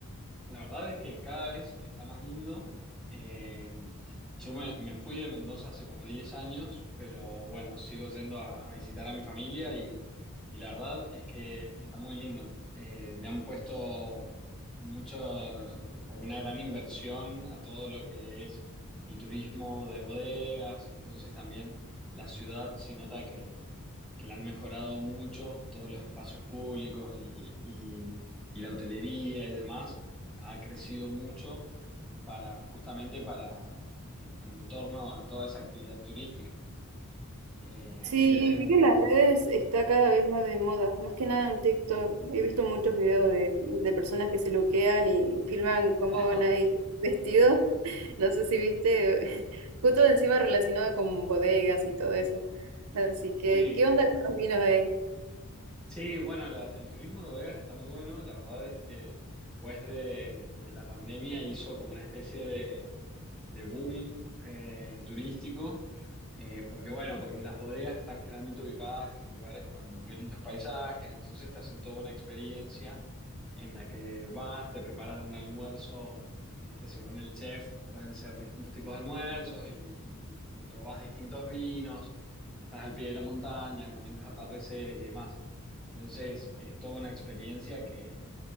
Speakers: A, in the centre; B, on the right.
A: La verdad es que cada vez está más lindo. Eh, yo me, me fui de Mendoza hace como 10 años, pero bueno, sigo yendo a, a visitar a mi familia y, y la verdad es que está muy lindo. Eh, le han puesto mucho o una gran inversión a todo lo que es el turismo de bodegas y entonces también la ciudad se nota que que la han mejorado mucho, todos los espacios públicos y, y- y la hotelería y demás, ha crecido mucho para, justamente para, en, en torno a toda esa actividad turística. Eh,
B: Sí,
A: así que es
B: vi
A: un...
B: que en las redes está cada vez más de moda, más que nada en TikTok. He visto muchos videos de, de personas que se loquean y filman cómo
A: <laughs>
B: van a ir <laughs> vestidos No sé si viste, <laughs> justo encima relacionado con bodegas y todo eso. Así que,
A: Sí,
B: ¿qué onda con los vinos ahí?
A: Sí, bueno, la- el turismo de bodegas está muy bueno. La verdad es que después de, de la pandemia hizo como una especie de, de boom eh, turístico, Eh, porque bueno, porque las bodegas están generalmente ubicadas en lugares con muy lindos paisajes, entonces te hacen toda una experiencia en la que vas, te preparan un almuerzo, ¿viste? Según el chef, pueden ser distintos tipos de almuerzos y, y, y probás distintos vinos, y estás al pie de la montaña con lindos atardeceres y demás. Entonces, es toda una experiencia que,